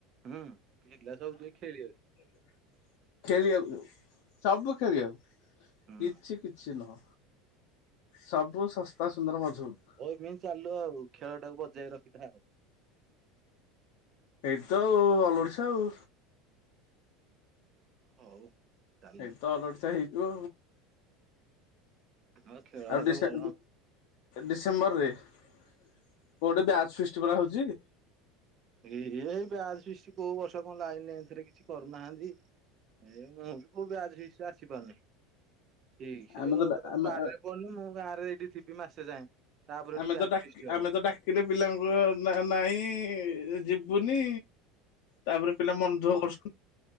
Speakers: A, on the right; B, on the left.
A: ହୁଁ ପିଲା ସବୁ ଯିବେ ଖେଳି ବାକୁ।
B: <unintelligible> ଖେଳିବାକୁ ସବୁ ସବୁ ଖେଳିବାକୁ।
A: ହୁଁ।
B: କିଛି କିଛି ନୁହଁ ସବୁ ଶସ୍ତା ସୁନ୍ଦର ମଝବୁତ।
A: ଏମିତି ଚାଲୁ ଆଉ ଖେଳ ଟାକୁ ବଜାଇ ରଖିଥା ଆଉ।
B: ଏଇଠି ତ ଆଉ ଅଲ ଓଡ଼ିଶା ଆଉ।
A: ହଉ। ଚାଲୁ
B: ଏଇଠି ତ ଅଲଓଡ଼ିସା ହେଇଥିବ
A: ହଁ ଖେଳ
B: ଆଉ
A: ହେଲେ
B: ଡିଷ୍ଟା
A: ଭଲ।
B: ଡିସେମ୍ବର ରେ କୋଉଠି ବ୍ୟାଚ ଫିଷ୍ଟିପରା ହଉଛି।
A: ଏଇ ଏ ବ୍ୟାଜ ଫିଷ୍ଟି କୋଉ ବର୍ଷ କଣ ଲାଇନ ହେନ୍ତିରେ କିଛି କରୁନାହାନ୍ତି। ଏ ମୁଁ ବି କଉ ବ୍ୟାଚ ଫିଷ୍ଟିରେ ଆସିପାରୁନି। ଠିକ୍ ସେ
B: ଆମେ ତ
A: କ
B: ଆମେ
A: ବାରେପଡନି ମୁଁ ଗାଁରେ ଏଇଠି ଥିବି ମାସେ ଯାଏଁ। ତାପରଠୁ
B: ଆମେ
A: ବ୍ୟାଚ
B: ତ ଡାକି
A: ଫିଷ୍ଟି
B: ଆମେ
A: ହବ।
B: ତ ଡାକିଲେ ପିଲାଙ୍କୁ ନା ନାଇଁ ଯିବୁନି। ତାପରେ ପିଲା ମନ ଦୁଃଖ କରୁଛ